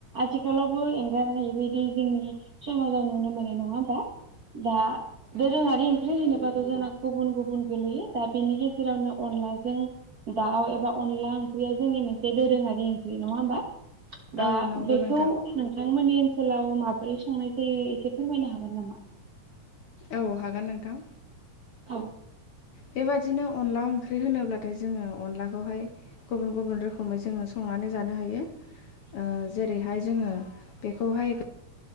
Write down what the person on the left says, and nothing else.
औ नंगौ
औ हागोन नोंथां।
बेबादिनो अनला ओंख्रि होनोब्लाथाय जोङो अनलाखौहाय गुबुन गुबुन रोखोमै जोङो संनानै जानो हायो ओ‌ जेरैहाय जोङो बेखौहाय